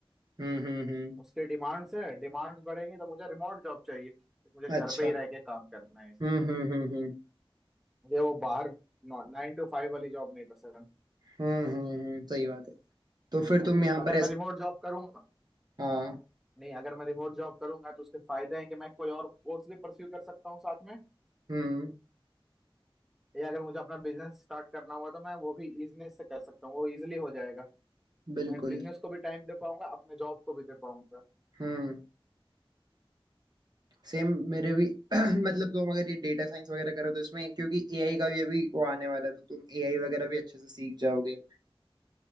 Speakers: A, on the right (about 45°); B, in the centre.
A: हम्म हम्म हम्म
B: उसके डिमांड्स है डिमांड्स बढ़ेंगी तो मुझे रिमोट जॉब चाहिए तो मुझे घर
A: अच्छा
B: पे ही रह के काम करना है
A: हम्म हम्म हम्म हम्म
B: मुझे वो बाहर नाइन टू फाइव वाली जॉब नहीं पसंद
A: हम्म हम्म हम्म, सही बात है तो फिर तुम
B: अगर
A: यहाँ
B: अगर
A: पर ऐसा
B: मैं रिमोट जॉब करूंगा
A: हाँ
B: नहीं अगर मैं रिमोट जॉब करूंगा तो उसके फायदे हैं कि मैं कोई और कोर्स भी परस्यू कर सकता हूँ साथ में
A: हम्म
B: या अगर मुझे अपना बिजनेस स्टार्ट करना हुआ तो मैं वो भी इजनेस से कर सकता हूँ वो इजिली हो जाएगा
A: बिल्कुल
B: मैं बिजनेस को भी टाइम दे पाऊंगा अपने जॉब को भी दे पाऊंगा
A: हम्म सेम मेरे भी <clears throat> मतलब तुम अगर ये डेटा साइंस वगैरह करो तो इसमें क्योंकि एआई का भी अभी वो आने वाला है तो तुम एआई वगैरह भी अच्छे से सीख जाओगे